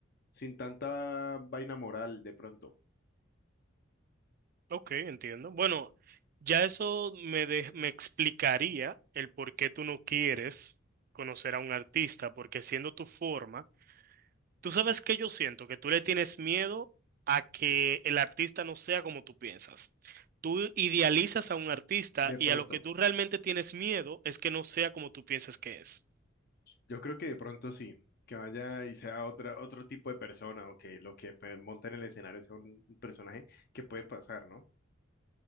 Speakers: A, on the left; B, on the right.
A: sin tanta vaina moral, de pronto.
B: Ok, entiendo. Bueno, ya eso me, de- me explicaría el por qué tú no quieres conocer a un artista, porque siendo tu forma, tú sabes que yo siento que tú le tienes miedo a que el artista no sea como tú piensas. Tú idealizas a un artista
A: De
B: y
A: pronto.
B: a lo que tú realmente tienes miedo es que no sea como tú piensas que es.
A: Yo creo que de pronto sí. Que vaya y sea otra, otro tipo de persona o que lo que pues, monta en el escenario sea un un personaje que puede pasar, ¿no?